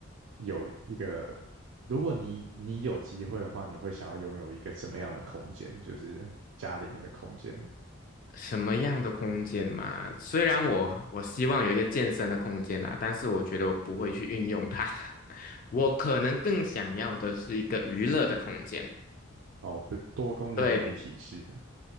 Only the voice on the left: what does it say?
什么样的空间嘛？虽然我我希望有一个健身的空间啊，但是我觉得我不会去运用它。<laughs> 我可能更想要的是一个娱乐的空间。
对，